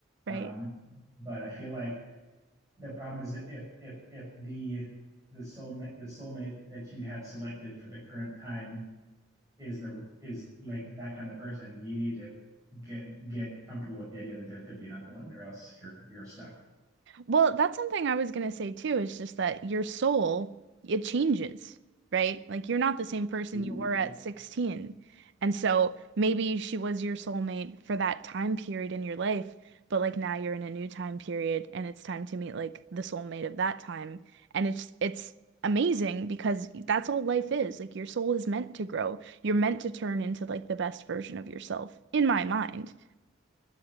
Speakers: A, on the right; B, on the right.
A: Um,
B: right?
A: but I feel like the problem is that if if if the the soulmate the soulmate that you have selected for the current time is the is like that kind of person, you need to get get comfortable with the idea that there could be another one, or else you're you're stuck.
B: Well, that's something I was gonna say too. It's just that your soul, it changes, right? Like you're not the same person
A: Ooh.
B: you were at 16. And so maybe she was your soulmate for that time period in your life, but like now you're in a new time period and it's time to meet like the soulmate of that time. And it's it's amazing because that's all life is. Like your soul is meant to grow. You're meant to turn into like the best version of yourself, in my mind.